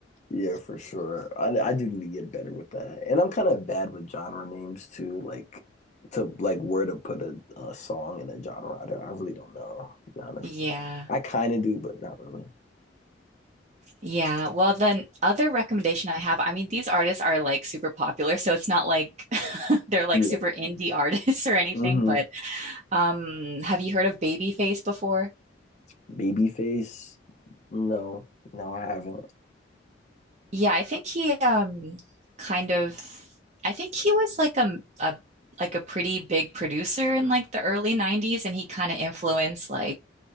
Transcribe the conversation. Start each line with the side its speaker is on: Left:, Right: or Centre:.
Left: Yeah, for sure. I I do need to get better with that. And I'm kind of bad with genre names too, like to like where to put a, a song in a genre. I, don't- I really don't know, to be honest.
Right: Yeah.
Left: I kind of do, but not really.
Right: Yeah. Well, then other recommendation I have, I mean, these artists are like super popular, so it's not like <laughs> they're like
Left: Yeah.
Right: super indie <laughs> artists or anything,
Left: Mm-hmm.
Right: but um have you heard of Babyface before?
Left: Babyface? No. No, I haven't.
Right: Yeah, I think he um kind of I think he was like a, a like a pretty big producer in like the early 90s and he kind of influenced like